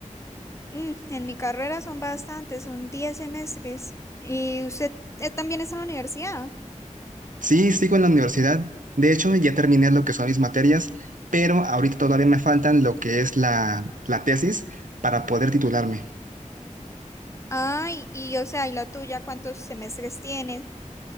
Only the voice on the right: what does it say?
Sí, sigo en la universidad. De hecho, ya terminé lo que son mis materias, pero ahorita todavía me faltan lo que es la, la tesis para poder titularme.